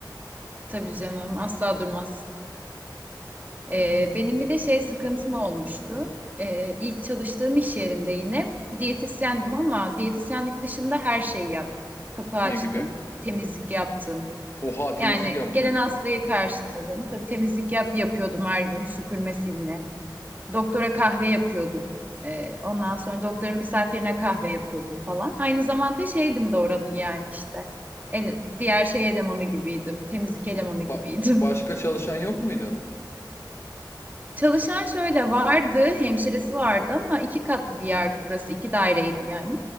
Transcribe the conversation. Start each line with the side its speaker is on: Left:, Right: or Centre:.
Right: Tabii canım, asla durmaz. Ee, benim bir de şey sıkıntım olmuştu. Ee, ilk çalıştığım iş yerinde yine diyetisyendim ama diyetisyenlik dışında her şeyi yaptım. Kapı açtım,
Left: Ne gibi?
Right: temizlik yaptım.
Left: Oha temizlik
Right: Yani
Left: yaptın.
Right: gelen hastayı karşıladım. Tabii temizlik yap yapıyordum her gün, süpürme, silme. Doktora kahve yapıyordum. Ee, ondan sonra doktorun misafirine kahve yapıyordum falan. Aynı zamanda şeydim de oranın yani işte. Ele- diğer şey elemanı gibiydim. Temizlik elemanı gibiydim.
Left: Ba- başka çalışan yok muydu?
Right: Çalışan
Left: Sen.
Right: şöyle vardı, hemşiresi vardı ama iki katlı bir yerdi burası, iki daireydi yani.